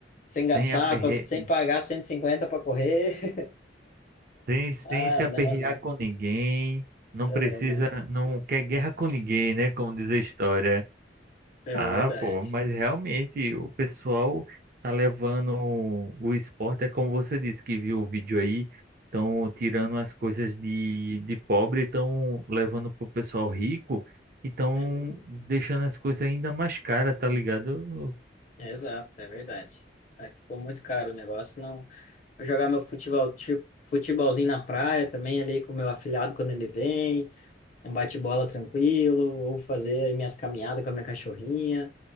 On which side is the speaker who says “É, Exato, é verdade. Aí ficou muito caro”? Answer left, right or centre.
Left